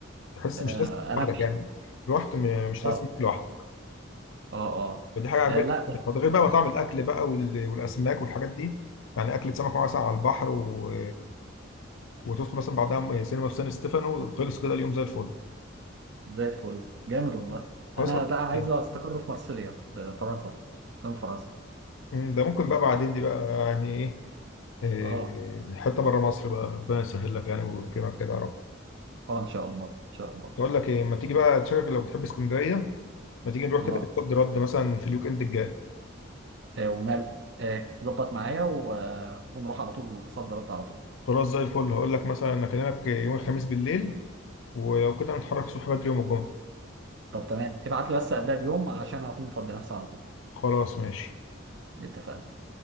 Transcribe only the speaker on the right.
آه
انا
اه
اه اه
آه، لا بس
زي الفل جامد والله
انا بقى عايز
استقر في مارسيليا في فرنسا كان فرنسا
اه
اه ان شاء الله ان شاء الله
اه
آه، وماله آه، ظبط معايا و... آه، ونروح على طول صد رد على طول
طب تمام ابعت لي بس قبلها بيوم عشان اكون مفضي نفسي على طول
اتفقنا